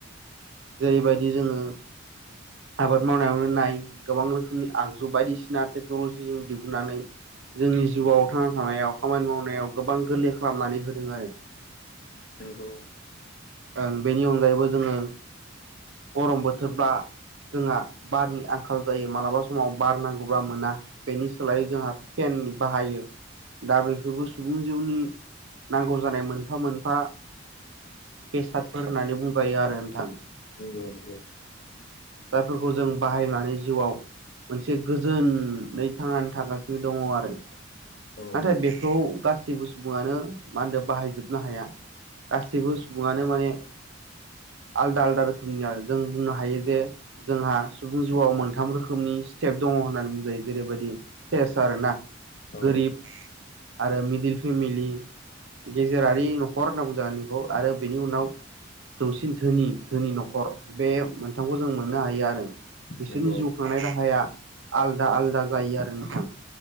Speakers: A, on the right; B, on the left.
A: जेरैबादि जोङो आबाद मावनायावनो नाय गोबां रोखोमनि आगजु बायदिसिना टेक्न'लजि जों दिहुननानै जोंनि जिउआव थांना थानायाव खामानि मावनायाव गोबां गोरलै खालामनानै होदों आरो
B: नोंगौ
A: ओं बेनि अनगायैबो जोङो गरम बोथोरबा जोंहा बारनि आंखाल जायो माब्ला समाव बार नांगौबा मोना बेनि सोलायै जोंहा पेन बाहायो दा बेफोरबो सुबुं जिउनि नांगौ जानाय मोनफा मोनफा बेसादफोर होननानै बुंबायो आरो नोंथां
B: नोंगौ नंगौ
A: जायफोरखौ जों बाहायनानै जिउआव मोनसे गोजोनै थांनानै थागासिनो दङै आरो
B: औ
A: नाथाय बेखौ गासैबो सुबुंआनो मा होनदो बाहायजोबनो हाया गासैबो सुबुंआनो माने आलदा आलदा रोखोमनि आरो जों बुंनो हायो जे जोंहा सुबुं जिउआव मोनथाम रोखोमनि स्टिथेप दङ होननानै बुंजायो जेरैबायदि स्टेेजथ आरो ना
B: औ
A: गोरिब आरो मिडिल फिमिलि गेजेरारि न'खर होनना बुंजागोन बेखौ आरो बेनि उनाव जौसिन धोनि धोनि न'खर बे मोनथामखौ जों मोननो हायो आरो बिसोरनि
B: नंगौ
A: जिउ खांनाय राहाया आलदा आलदा जायो आरो नोंथां